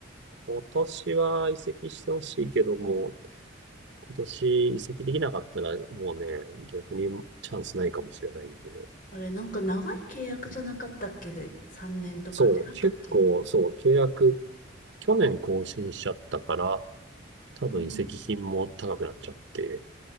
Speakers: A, on the right; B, on the left.
A: 今年は移籍してほしいけども、今年移籍できなかったらもうね、逆にチャンスないかもしれないんで。
B: あれなんか長い契約じゃなかったっけ
A: うん
B: ?3 年とか違ったっけ
A: そう、結構、そう、契約、去年更新しちゃったから、多分移籍金も高くなっちゃって、
B: うん、